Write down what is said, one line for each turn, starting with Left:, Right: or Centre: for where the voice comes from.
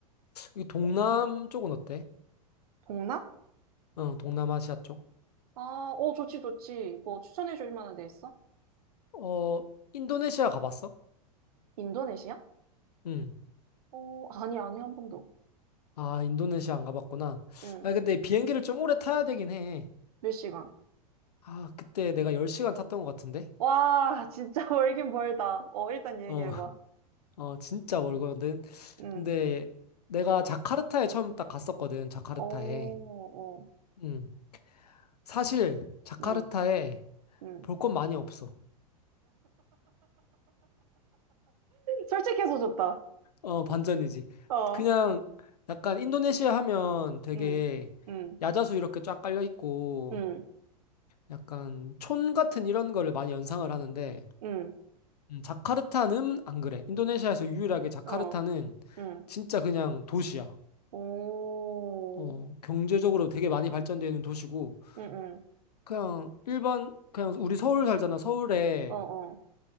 Left: 이 동남 쪽은 어때?
Right: 동남?
Left: 어, 동남아시아 쪽.
Right: 아, 어, 좋지, 좋지. 뭐 추천해 줄 만한 데 있어?
Left: 어, 인도네시아 가봤어?
Right: 인도네시아?
Left: 음.
Right: 어, 아니, 아니, 한 번도.
Left: 아, 인도네시아 안 가봤구나.
Right: 응,
Left: 아, 근데 비행기를 좀 오래 타야 되긴 해.
Right: 몇 시간?
Left: 아, 그때 내가 10시간 탔던 것 같은데?
Right: 와, 진짜 <laughs> 멀긴 멀다. 어, 일단 얘기해봐.
Left: 어, <laughs> 어, 진짜 멀거든.
Right: 응.
Left: 근데 내가 자카르타에 처음 딱 갔었거든, 자카르타에.
Right: 어, 어,
Left: 음. 사실, 자카르타에
Right: 응, 응.
Left: 볼 건 많이 없어.
Right: 솔직해서 좋다.
Left: 어, 반전이지.
Right: 어,
Left: 그냥 약간 인도네시아 하면 되게
Right: 응, 응,
Left: 야자수 이렇게 쫙 깔려 있고,
Right: 응,
Left: 약간 촌 같은 이런 거를 많이 연상을 하는데,
Right: 응,
Left: 음, 자카르타는 안 그래. 인도네시아에서 유일하게 자카르타는
Right: 어, 응.
Left: 진짜 그냥 도시야.
Right: 오,
Left: 어, 경제적으로 되게 많이 발전되어 있는 도시고,
Right: 응, 응,
Left: 그냥 일반, 그냥 우리 서울 살잖아. 서울에
Right: 어, 어.